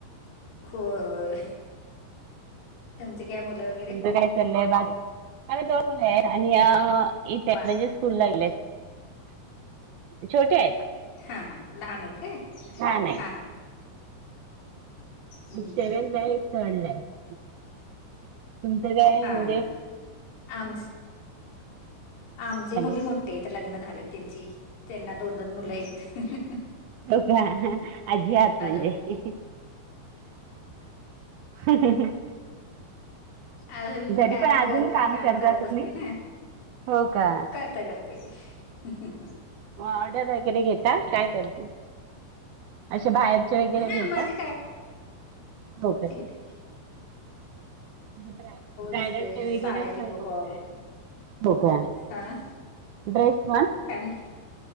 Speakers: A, on the left (about 90°); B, on the right (about 70°).
A: हो होय तुमची काय मुलं वै-
B: तुमचं काय चाललंय बाकी माझी दोन मुलं आहेत आणि अ अ अ येत आहे
A: बा
B: म्हणजे स्कूलला गेलेत छोटे आहेत.
A: हा हा लहान आहेत काय
B: लहान आहे.
A: हा हा. बर
B: एक सेवेन ला आहे एक थर्ड ला आहे तुमचं काय
A: हा
B: म्हणजे?
A: हा आम आमची
B: हॅलो
A: मुली मोठ्या आहेत लग्न झालेत त्यांची त्यांना दोन दोन मुलं आहीत.
B: हो का हा हा आजी आहात.
A: हॅलो
B: म्हणजे. हा हा हा
A: आता मी
B: तरी
A: पण काय पण
B: अजून
A: वर्किंग काम
B: करता
A: करत
B: तुम्ही?
A: असते ना.
B: हो का.
A: करते करते हम्म
B: मग ऑर्डर वगैरे घेता काय करती? अशा बाहेरच्या वगैरे
A: हा
B: घेता
A: माझी
B: हो घे
A: ते.
B: म्हणजे ब्रायडल
A: असते
B: च्या वगैरे
A: साड्या
B: सर्व.
A: पिको फॉल
B: हो का
A: हा
B: ड्रेस पण?
A: काय म्हणता